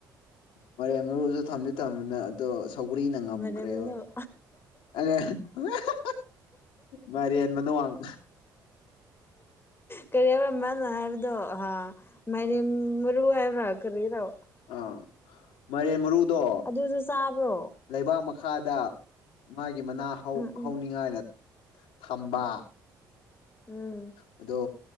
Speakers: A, on the left (about 65°); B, on the left (about 20°).
A: ꯃꯥꯏꯔꯦꯟ ꯃꯔꯨꯁꯨ ꯊꯝꯗꯤ ꯊꯝꯕꯥꯅꯦ ꯑꯗꯣ ꯁꯧꯒ꯭ꯔꯤꯅ ꯉꯝꯈ꯭ꯔꯦꯕ
B: ꯃꯔꯝ ꯑꯃꯅ
A: <unintelligible> ꯃꯥꯏꯔꯦꯟ ꯃꯅꯨꯡꯋꯥꯡ
B: ꯀꯔꯤ ꯍꯥꯏꯕ꯭ꯔ ꯃꯥꯅ ꯍꯥꯏꯕꯗꯣ ꯍꯥ ꯃꯥꯏꯔꯦꯟ ꯃꯔꯨ ꯍꯥꯏꯕ꯭ꯔꯥ ꯀꯔꯤ꯭ꯔꯣ
A: ꯑꯥ ꯃꯥꯏꯔꯦꯟ ꯃꯔꯨꯗꯣ
B: ꯑꯗꯨꯁꯨ ꯆꯥꯕ꯭ꯔꯣ
A: ꯂꯩꯕꯥꯛ ꯃꯈꯥꯗ ꯃꯥꯒꯤ ꯃꯅꯥ ꯍꯧ
B: ꯎꯝ
A: ꯍꯧꯅꯤꯡꯉꯥꯏꯅ ꯊꯝꯕ
B: ꯎꯝ
A: ꯑꯗꯣ